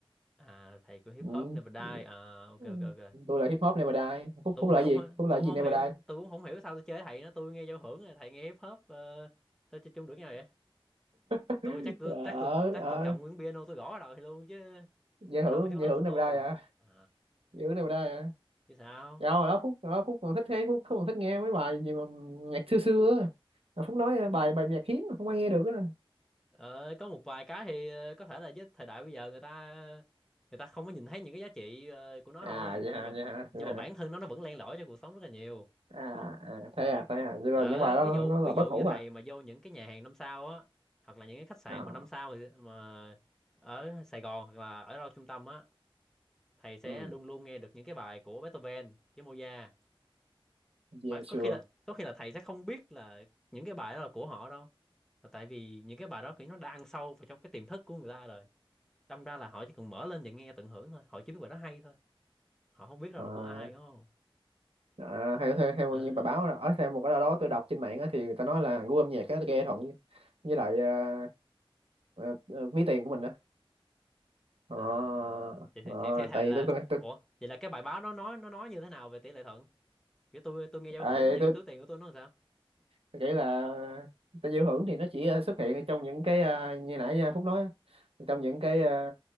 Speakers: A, in the centre; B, on the right.
A: à thầy của hip
B: ừ.
A: hop Never Die à, ok
B: Ừ.
A: ok ok
B: tôi là hip hop Never Die Phúc
A: tôi
B: Phúc
A: cũng
B: là
A: hiểu
B: gì
A: không
B: Phúc là
A: tôi
B: gì
A: cũng không
B: Never
A: hiểu
B: Die
A: tôi cũng không hiểu sao tôi chơi thầy nó tôi nghe giao hưởng rồi thầy nghe hip hop ờ, sao chơi chung được nhau vậy
B: <laughs>
A: tôi chắc tôi
B: ờ
A: chắc tôi chắc
B: ờ
A: tôi cầm nguyên piano tôi gõ vào đầu thầy luôn chứ
B: giải
A: ở
B: thưởng
A: đâu mà hip hop
B: giải thưởng
A: với
B: này
A: tôi
B: đây à
A: à,
B: giải thưởng này đây à
A: chứ sao
B: dạ hồi đó Phúc hồi đó Phúc còn thích thế Phúc Phúc còn thích nghe mấy bài gì mà nhạc xưa xưa á mà Phúc nói bài bài nhạc hiếm mà không ai nghe được á
A: Ờ, có một vài cái thì ờ, có thể là với thời đại bây giờ người ta người ta không có nhìn thấy những cái giá trị ờ, của nó
B: à
A: thôi
B: vậy hả
A: nhưng mà
B: vậy hả vậy
A: nhưng mà
B: hả
A: bản thân nó nó vẫn len lỏi cho cuộc sống rất là nhiều
B: à, à
A: Nè,
B: thế à thế à vậy là
A: đó,
B: những bài đó
A: ví
B: nó,
A: dụ
B: nó là
A: ví
B: bất
A: dụ
B: hủ
A: như thầy
B: à
A: mà vô những cái nhà hàng năm sao á hoặc là những cái khách sạn
B: à
A: mà năm sao thì, mà ở Sài Gòn hoặc là ở đâu trung tâm á thầy sẽ
B: ừ
A: luôn luôn nghe được những cái bài của Beethoven với Mozart
B: yeah
A: mà
B: sure
A: có khi là có khi là thầy sẽ không biết là những cái bài đó là của họ đâu là tại vì những cái bài đó kiểu nó đã ăn sâu vào trong cái tiềm thức của người ta rồi đâm ra là họ chỉ cần mở lên và nghe tận hưởng thôi họ chỉ biết bài đó hay thôi họ không biết đâu
B: à,
A: là của ai đúng không
B: à, theo theo theo
A: Đó.
B: như bài báo ở theo một cái nào đó tôi đọc trên mạng á thì người ta nói là gu âm nhạc á nghe thuận với, với lại à, à, à, ví tiền của mình á ờ
A: À, thì,
B: ờ,
A: thì, thì, thế thầy
B: tại
A: là
B: vì tôi tôi tôi,
A: ủa vậy là cái bài báo đó nói nó nói như thế nào về tỷ lệ thuận kiểu tôi tôi nghe giao
B: ai
A: hưởng thì
B: tôi
A: cái túi tiền của tôi nó làm sao
B: Tôi nghĩ là ta giao hưởng thì nó chỉ ờ, xuất hiện ở trong những cái ờ, như nãy ờ, Phúc nói á, trong những cái ờ,